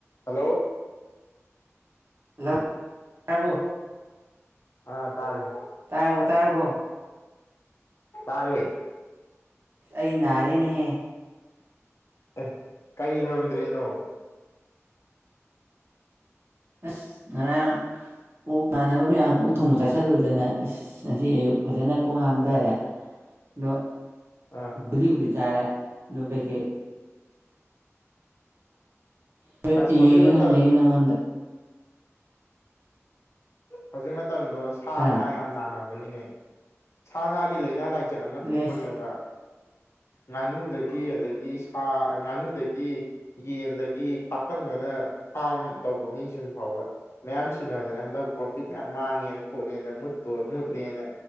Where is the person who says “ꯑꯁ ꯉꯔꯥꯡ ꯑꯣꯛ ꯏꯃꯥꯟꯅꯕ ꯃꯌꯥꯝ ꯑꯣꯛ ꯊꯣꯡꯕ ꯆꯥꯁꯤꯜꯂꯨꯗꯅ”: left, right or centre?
Right